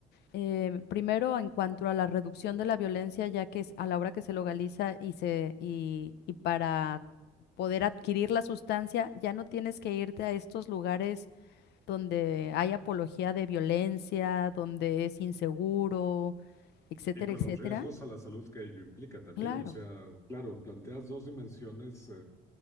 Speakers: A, on the left; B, on the left.
A: eh, primero, en cuanto a la reducción de la violencia, ya que es- a la hora que se legaliza y se y, y para poder adquirir la sustancia, ya no tienes que irte a estos lugares donde hay apología de violencia, donde es inseguro, etcétera,
B: Y con
A: etcétera.
B: los riesgos a la salud que ello implica también,
A: Claro.
B: o sea, claro, planteas dos dimensiones eh,